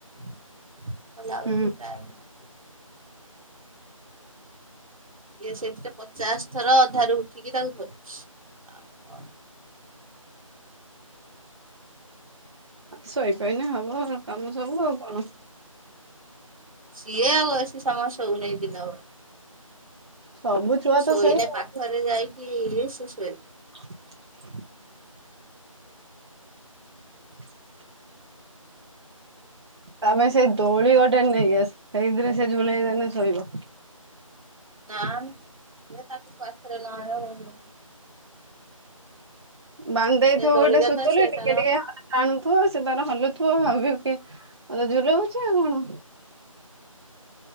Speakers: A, on the right; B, on the right.
A: ମଲା ଆବ
B: ହୁଁ
A: ମୁ ଟାଇମ ନା <unintelligible> ଇଏ ସେଇଥିରେ ପଚାଶ ଥର ଅଧାରୁ ଉଠିକି ତାଙ୍କୁ ଧରୁଛି। ଆଉ କଣ
B: ଶୋଇପଇନେ ହବ କାମ ସବୁ ଆଉ କଣ?
A: ସିଏ ଆଉ ବେସି ସମୟ ଶୋଉନି ଦିନ ବେଳା।
B: ସବୁ ଛୁଆ ତ
A: ଶୋଇନେ
B: ସେଇ ଆଉ।
A: ପାଖରେ ଯାଇକି ଏଇ ସିଏ ଶୋଇବ।
B: <inaudible> <inaudible> ତମେ ସେଇ ଦୋଳି ଗୋଟେ ନେଇଆସ ସେଇତିରେ ସେ ଝୁଲେଇଦଲେ ଶୋଇବ।
A: ନା ନା ସିଏ ତାକୁ ପାଖରେ ନଆଣିବ <unintelligible>
B: ବାନ୍ଧ ଦେଇଥିବ
A: ସେ ଦୋଳିରେ
B: ଗୋଟେ ସୁତୁଲି
A: ତ ସେ
B: ଟିକେ
A: ତାର
B: ଟିକେ ହ ଟାଣୁଥିବ ସେ ତାର ହଲୁଥିବ ଭାବିବକି ମତେ ଝୁଲଉଛି ଆଉ କଣ।